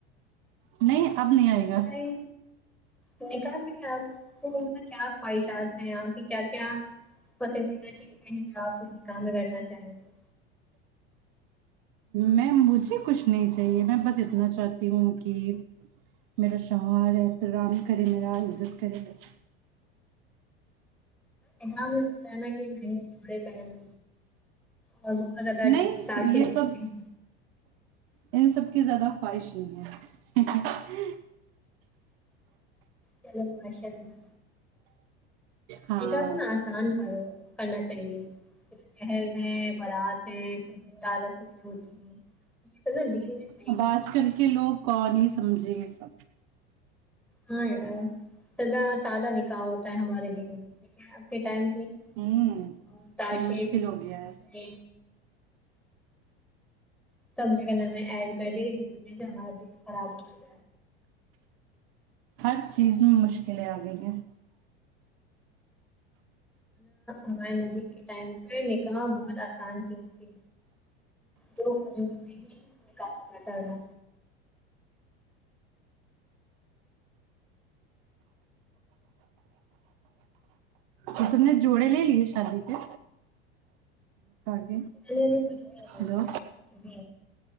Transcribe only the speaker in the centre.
بتائی میں کہا کہ آپ کو مطلب کیا خواہشات ہیں آپ کی کیا کیا پسندیدہ چیزیں ہیں جو آپنے نکاح میں کرنا چاہیں گے
ای کام رہتا ہے نہ مہنگے کپڑا پہننا اور بہت زیادہ
دھول تاشے
بجتے
ہیں
چلو ماشاء اللہ
نکاح کو نا آسان کرو کرنا چاہیے جیسے جہیز ہے بارات ہے پھر دورات رسمی جو ہوتی ہیں یہ سب نا دین میں ہے ہی
نہیں
ہاں یار سدا سادہ نکاح ہوتا ہے ہمارے دن میں لیک اب کے ٹائم پہ یہ
تاشے
فضول
کے کرسمے
سب جانے نئے ایڈ کر رہے جس وجہ سے ہمارا دین خراب ہو جائے
ہمارے نبی کے ٹائم پہ نکلنا بہت آسان چیز تھی دو کھجوروں میں ہی نکاح ہو جاتا تھا
میں نے تو کچھ بھی
نہیں لیا ہے کچھ بھی